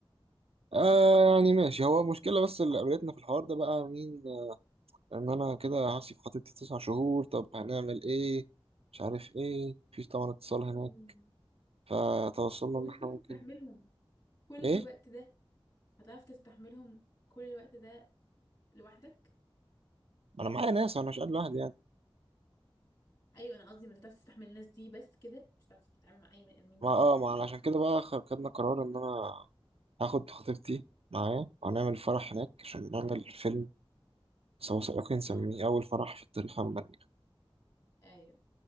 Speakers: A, on the right (about 90°); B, on the left (about 40°).
A: آه يعني ماشي هو المشكلة بس اللي قابلتنا في الحوار ده بقى مين آه، ان انا كده هسيب خطيبتي تسع شهور طب هنعمل ايه مش عارف ايه مفيش طبعا اتصال هناك
B: مم.
A: فتوصلنا
B: طب
A: ان
B: انت
A: احنا
B: كنت
A: ممكن
B: تستحملهم كل
A: ايه
B: الوقت ده هتعرف تستحملهم كل الوقت ده لوحدك
A: انا <laughs> معايا ناس انا مش قاعد لوحدي يعني
B: ايوه انا قصدي ما هتعرف تستحمل الناس دي بس كده مش هتعرف تتعامل مع اي بني ادمين
A: ما
B: تانية
A: اه ما أنا عشان كده بقى خ- خدنا قرار ان انا هاخد خطيبتي معايا وهنعمل فرح هناك عشان نعمل فيلم سوا سواقين نسميه
B: اه
A: اول فرح في التاريخ المانيا
B: ايوه